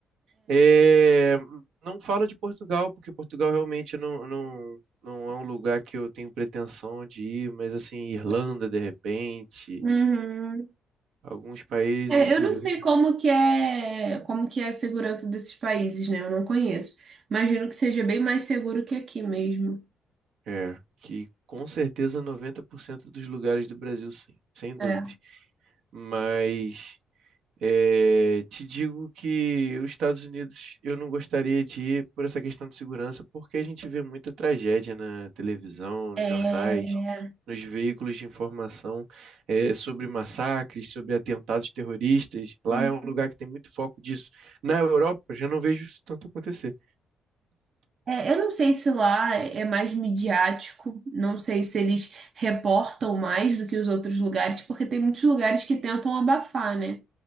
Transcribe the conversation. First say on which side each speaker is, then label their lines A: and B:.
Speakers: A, on the right; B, on the right.
A: é, não falo de Portugal, porque Portugal realmente não, não, não é um lugar que eu tenho pretensão de ir, mas assim, Irlanda, de repente,
B: Uhum.
A: alguns países
B: É,
A: do
B: eu não
A: Reino.
B: sei como que é, como que é a segurança desses países, né? Eu não conheço. Imagino que seja bem mais seguro que aqui mesmo.
A: É, que com certeza 90% dos lugares do Brasil, sim, sem
B: É.
A: dúvida Mas eh, te digo que os Estados Unidos eu não gostaria de ir por essa questão de segurança, porque a gente vê muita tragédia na televisão,
B: É,
A: nos jornais, nos veículos de informação eh, sobre massacres, sobre atentados terroristas. Lá
B: sim.
A: é um lugar que tem muito foco disso. Na Europa já não vejo isso tanto acontecer.
B: é, eu não sei se lá é mais midiático, não sei se eles reportam mais do que os outros lugares, porque tem muitos lugares que tentam abafar, né?